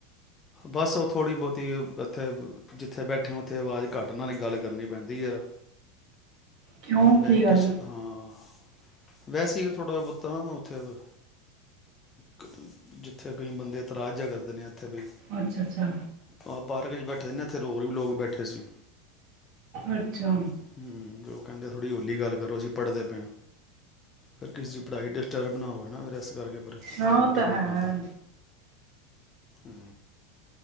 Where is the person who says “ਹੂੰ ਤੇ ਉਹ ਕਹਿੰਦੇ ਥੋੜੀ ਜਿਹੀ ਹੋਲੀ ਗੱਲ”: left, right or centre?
Left